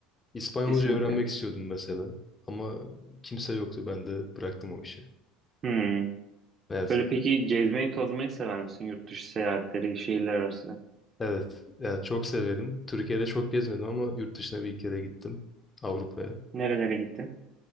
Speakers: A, on the left; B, on the right.
A: İspanyolca
B: Kesinlikle.
A: öğrenmek istiyordum mesela ama kimse yoktu ben de bıraktım o işi.
B: Hmm.
A: Evet,
B: Böyle peki gezmeyi, tozmayı sever misin? Yurt dışı seyahatleri, şehirler arası.
A: evet. Ya çok severim. Türkiye'de çok gezmedim ama yurt dışına bir kere gittim Avrupa'ya.
B: Nerelere gittin?